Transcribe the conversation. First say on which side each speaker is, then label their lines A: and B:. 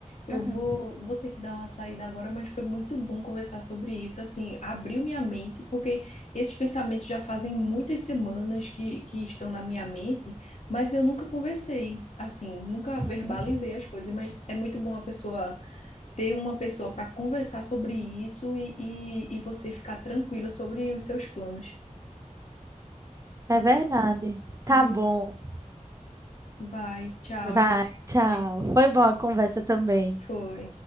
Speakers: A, on the left; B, on the right.
A: Eu
B: Ah,
A: vou, vou ter que dar uma saída agora, mas foi muito bom conversar sobre isso. Assim, abriu minha mente, porque esses pensamentos já fazem muitas semanas que, que estão na minha mente, mas eu nunca conversei, assim, nunca
B: uhum.
A: verbalizei as coisas. Mas é muito bom a pessoa ter uma pessoa para conversar sobre isso e, e, e você ficar tranquila sobre os seus planos.
B: É
A: Vou
B: verdade.
A: ter... Aí,
B: Tá bom.
A: vai, tchau,
B: Vai,
A: eu vou sair.
B: tchau. Foi boa a conversa também.
A: Foi.